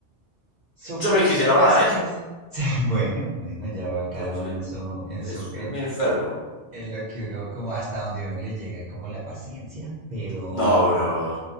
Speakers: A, on the right; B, on the left.
A: son cosas
B: yo me quisiera
A: que pasan
B: ahorrar eso.
A: y es- <laughs> Bueno, bueno, ya va cada
B: Porque
A: uno en su, en
B: Es,
A: su, en,
B: es muy enfermo.
A: en lo que uno, como hasta donde uno le llega, como la paciencia, pero...
B: No, bro.